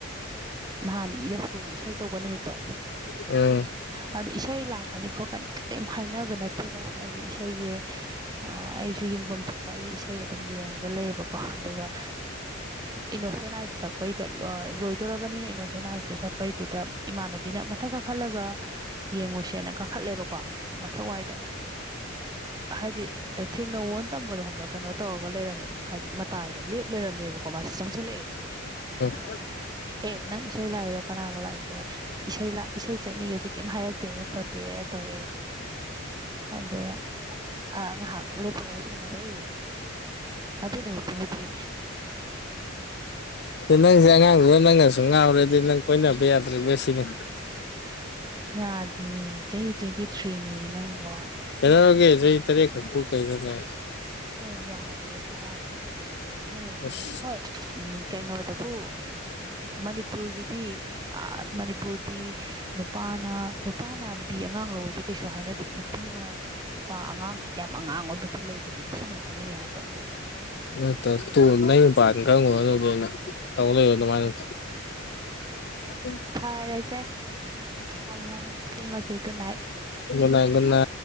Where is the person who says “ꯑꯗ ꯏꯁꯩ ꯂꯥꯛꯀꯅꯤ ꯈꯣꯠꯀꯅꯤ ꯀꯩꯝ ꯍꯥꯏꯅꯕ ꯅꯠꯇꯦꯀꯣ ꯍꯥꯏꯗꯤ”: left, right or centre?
Right